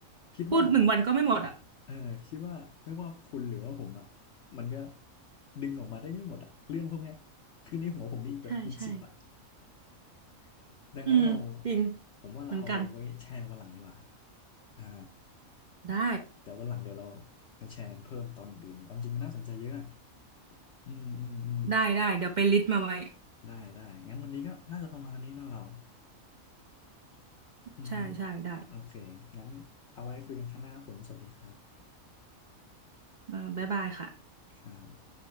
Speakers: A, on the left; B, on the right.
A: คิดว่า
B: พูดหนึ่งวันก็ไม่หมดอ่ะ
A: เออคิดว่าไม่ว่าคุณหรือว่าผมอ่ะมันก็ดึงออกมาได้ไม่หมดอ่ะเรื่องพวกเนี้ยคือในหัวผมมีอีกแบบเป็นสิบอ่ะ
B: ใช่ ใช่
A: <laughs> ดังนั้นเรา
B: อืม จริง
A: ผมว่าเราเอาไว้แชร์กันวันหลังดีกว่า
B: เหมือนกัน
A: อ่า
B: ได้
A: เดี๋ยววันหลังเดี๋ยวเรามาแชร์กันเพิ่มตอนอื่นเอาจริงมันน่าสนใจเยอะอ่ะอืมอืมอืม
B: ได้ ได้ เดี๋ยวไปลิสต์มาไว้
A: ได้ได้งั้นวันนี้ก็น่าจะประมาณนี้เนาะเราอือฮึ
B: ใช่ใช่ได้
A: โอเคงั้นเอาไว้คุยกันข้างหน้าครับผมสวัสดีครับ
B: อ่าบ๊ายบายค่ะ
A: ครับ